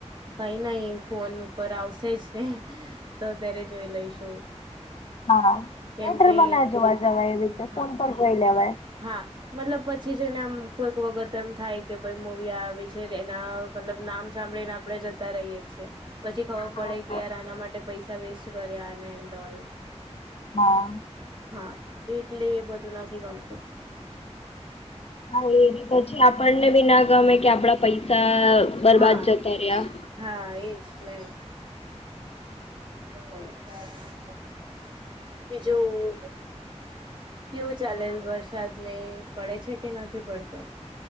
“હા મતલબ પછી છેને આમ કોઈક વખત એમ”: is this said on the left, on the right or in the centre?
Right